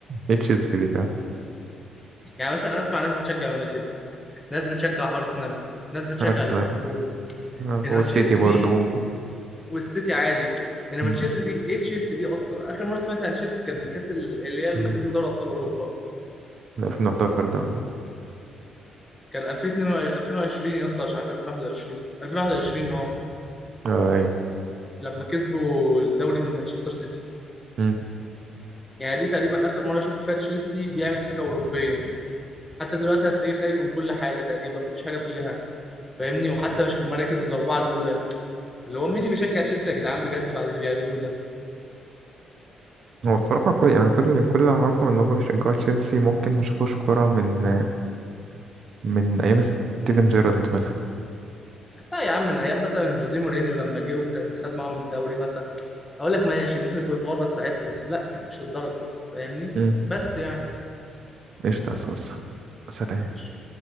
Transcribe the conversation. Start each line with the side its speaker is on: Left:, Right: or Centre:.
Right: إيه تشيلسي دي فعلا
Left: يعني مثلا انا اسمع ناس بتشجع يونايتد ناس بتشجع ارسنال ناس بتشجع
Right: أرسنال
Left: ليفربول
Right: آه،
Left: انما
Right: والسيتي
Left: تشيلسي
Right: برضه
Left: دي
Right: ممكن
Left: والسيتي عادي انما
Right: مم.
Left: تشيلسي دي ايه تشيلسي دي اصلا اخر مره سمعت عن تشيلسي كان الكاس ال- اللي هي لما
Right: مم.
Left: كسبوا دوري ابطال اوروبا
Right: 2011 ده ولا إيه؟
Left: كان 2022 2020 يا اسطى مش عارف 2021 2021 اه
Right: اه أيوه
Left: لما كسبوا الدوري من مانشستر سيتي
Right: مم.
Left: يعني دي تقريبا اخر مره شفت فيها تشيلسي بيعمل حاجه اوروبيه حتى دلوقتي هتلاقيه خارج من كل حاجه تقريبا مفيش حاجه فيها فاهمني وحتى مش في المراكز الاربعه الاولى اللي هو مين اللي بيشجع تشيلسي يا جدعان بجد بعد اللي بيعملوه ده
Right: هو الصراحة كل يعني كل كل اللي أعرفه إن هما بيشجعوا تشيلسي ممكن ما شافوش كورة من من أيام ستيفن جيرارد مثلا
Left: لا يا عم من ايام مثلا جوزيه مورينيو لما جه وكان خد معاهم الدوري مثلا اقول لك ماشي ممكن يكون اتورط ساعتها بس لا يعني مش للدرجه فاهمني
Right: مم.
Left: بس يعني
Right: قشطة يا صاصة سلام
Left: ماشي